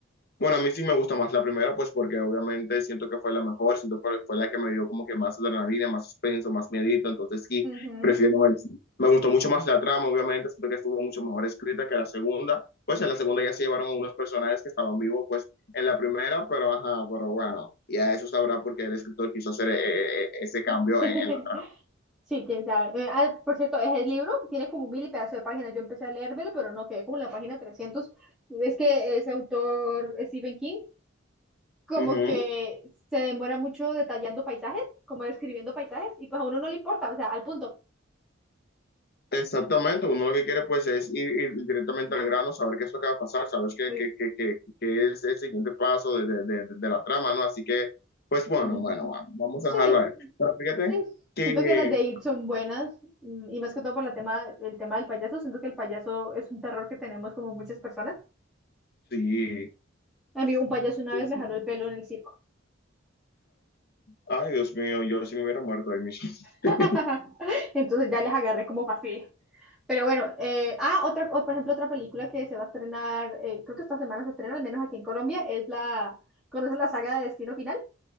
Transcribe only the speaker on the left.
Bueno, a mí sí me gusta más la primera, pues porque obviamente siento que fue la mejor, siento que fue la que me dio como que más adrenalina, más suspenso, más miedito, entonces sí,
prefiero eso. Me gustó mucho más la trama, obviamente, siento que estuvo mucho mejor escrita que la segunda, pues en la segunda ya se llevaron a unos personajes que estaban vivos, pues en la primera, pero ajá, pero bueno, ya eso sabrá porque el escritor quiso hacer eh, eh, ese cambio
en, en la trama.
Uh -huh.
Exactamente, uno lo que quiere pues es ir, ir directamente al grano, saber qué es lo que va a pasar, saber qué,
qué, qué, qué, qué es el siguiente paso de, de, de- de la trama, ¿no? Así que, pues bueno,
bueno, bueno, vamos
a dejarlo ahí. Pero fíjate
que
sí,
sí,
sí.
Ay, Dios mío, yo sí me hubiera muerto ahí mismo. <laughs>